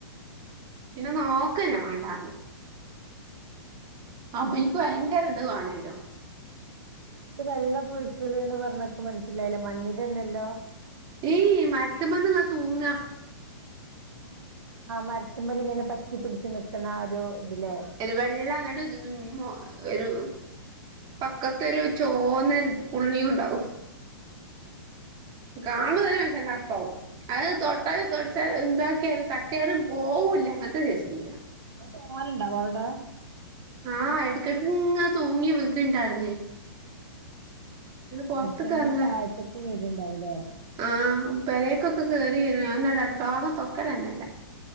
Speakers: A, on the right; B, on the right.
A: പിന്നെ നോക്ക് തന്നെ വേണ്ടാ ആ
B: ഉം
A: പുഴുക്ക് ഭയങ്കര ഇത് കാണല്ലോ
B: ഈ വെള്ളപ്പുഴുക്കള് എന്ന് പറഞ്ഞ എനിക്ക് മനസ്സിലായില്ല മണ്ണിരയല്ലല്ലോ
A: ഏയ് മരത്തുമ്മേ നിന്ന് തൂങ്ങക
B: ആ മരത്തും മെലിങ്ങനെ പറ്റിപ്പിടിച്ച്ക്കണ ആ ഒരു ഇതിലേ-
A: ഒരു വെള്ളം ന <unintelligible> ഒരു പക്കത്തോരു ചോന്ന ഒരു പുള്ളിയും ഉണ്ടാവും കാണുമ്പം തന്നെ മനസ്സിന് അറപ്പാവും അത് തൊട്ടാലും തൊടച്ചാലും എന്താക്കിയാലും തട്ടിയാലും പോവില്ല അങ്ങനത്തെ കേസും കൂടിയാ
B: അത് തോനെയുണ്ടാവോ അവിടെ
A: ആഹ് എടക്ക് എടക്ക് ഇ തൂങ്ങി വിങ്ക്ണ്ടാ <unintelligible> യിുന്ന പൊറത്ത്ക്ക്
B: എഛ് എം
A: എറങ്ങാ
B: താഴത്തെക്ക് വേരുണ്ടാവലേ
A: ആഹ് പെരേക്കൊക്കെ കേറി വരുവാ ഞാൻ അന്നിട്ട് അടുക്കള വാതില് തൊറക്കല് തന്നെയില്ല